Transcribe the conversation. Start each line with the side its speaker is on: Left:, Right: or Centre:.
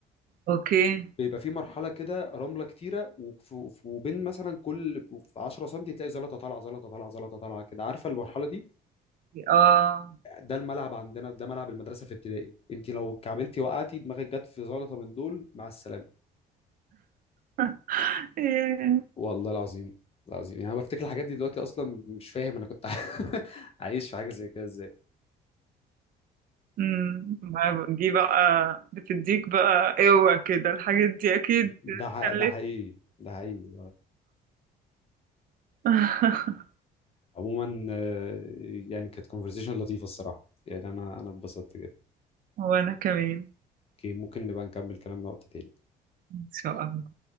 Right: اوكي
Left: بيبقى في مرحله كده رمله كتيره وف- وف- وبين مثلا كل في 10 سم تلاقي زلطه طالعه زلطه طالعه زلطه طالعه كده عارفه المرحله دي
Right: اه
Left: ده الملعب عندنا ده ملعب المدرسه في ابتدائي انت لو كعبلتي وقعتي دماغك جت في زلطه من دول مع السلامه
Right: <laughs> ياه.
Left: والله العظيم العظيم يعني انا بفتكر الحاجات دي دلوقتي اصلا مش فاهم انا كنت <laughs> عايش في حاجه زي كده ازاي
Right: مم. ما دي بقى بتديك بقى قوة كده الحاجات دي اكيد
Left: ده ح-
Right: خلت
Left: ده حقيقي ده حقيقي آه.
Right: <laughs>
Left: عموما آه، يعني كانت كونفرزيشن لطيفه الصراحه يعني انا انا اتبسطت جدا
Right: وانا كمان
Left: اوكي ممكن نبقى نكمل كلامنا وقت تاني
Right: ان شاء الله